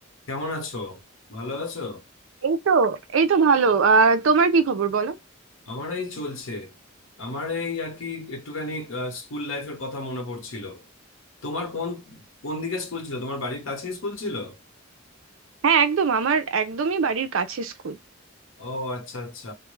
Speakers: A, on the left; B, on the right.
A: কেমন আছো ভালো আছো
B: এই তো এই তো ভালো আহ তোমার কি খবর বলো
A: আমার এই চলছে আমার এই আর কি একটুখানি আহ, স্কুল লাইফের কথা মনে পড়ছিল তোমার কোন কোন দিকে স্কুল ছিল তোমার বাড়ির কাছেই স্কুল ছিল
B: হ্যাঁ একদম আমার একদমই বাড়ির কাছে স্কুল
A: ও আচ্ছা আচ্ছা